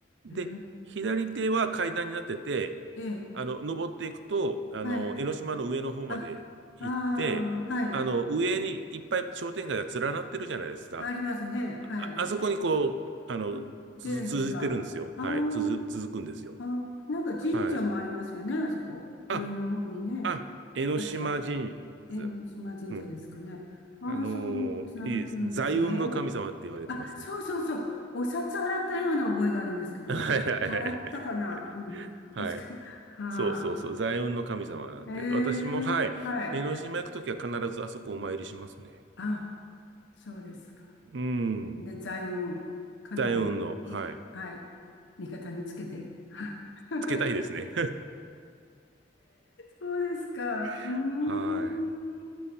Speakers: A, on the right (about 80°); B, on the left (about 85°).
A: で、
B: い、へ
A: 左手は階段になってて、
B: えええ、
A: あの、登っていくと、あの、
B: はい。
A: 江ノ島の上の方まで行って、
B: あ、ああ、はい。
A: あの、上にいっぱい商店街が連なってるじゃないですか。
B: ありますね。はい。
A: あ、あそこにこう、あの、
B: あ、出るんですか。
A: つづ続いてるんですよ。
B: あー
A: はい。続、続くんですよ。
B: あー、なんか神社もありますよね、
A: はい。
B: あそこ。
A: あ、
B: 上の方にね。
A: あ、江ノ島神社。
B: 確か、江の島神社ですかね。
A: うん。
B: ああ、
A: あのーいいです。
B: そう、つながってるんですね。
A: 財運の神様って言われてますね。
B: あ、そうそうそう。お札洗ったような覚えがあるんですけど、
A: <laughs> はいはいはい。
B: あ、洗ったかなうん。確か。
A: はい。
B: はあ。
A: そうそうそう。財運の神様なんで。
B: ええ、
A: 私も、はい。
B: はい。
A: 江ノ島行くときは必ずあそこお参りしますね。
B: あ、そうですか。
A: うん。
B: で、財運、かなり、
A: 財運の、はい。
B: い、はい、味方につけて。は <laughs>
A: つけたいですね。
B: そうですか。
A: <laughs>
B: うーん。
A: はい。